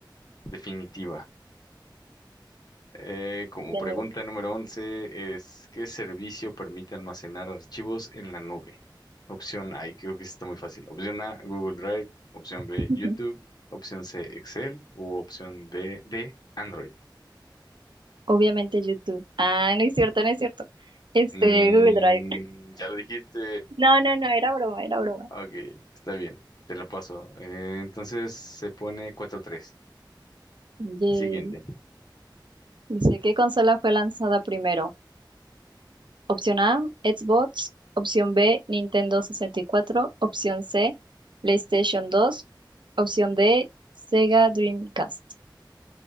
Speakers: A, on the left; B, on the right.
A: definitiva. Eh, como
B: tiene-
A: pregunta número 11 es, ¿qué servicio permite almacenar archivos en la nube? Opción A, y creo que está muy fácil. Opción A, Google Drive. Opción B,
B: <laughs>
A: YouTube. Opción C, Excel. U opción B, D, Android.
B: obviamente YouTube. Ah, no es cierto, no es cierto. Este,
A: Mm,
B: Google Drive. <laughs>
A: ya lo dijiste.
B: No, no, no, era broma, era broma.
A: Ok, está bien. Te lo paso. Eh, entonces se pone cuatro tres.
B: Yay.
A: Siguiente.
B: Dice, ¿qué consola fue lanzada primero? Opción A, Xbox. Opción B, Nintendo sesenta y cuatro, Opción C, PlayStation dos, Opción D, Sega Dreamcast.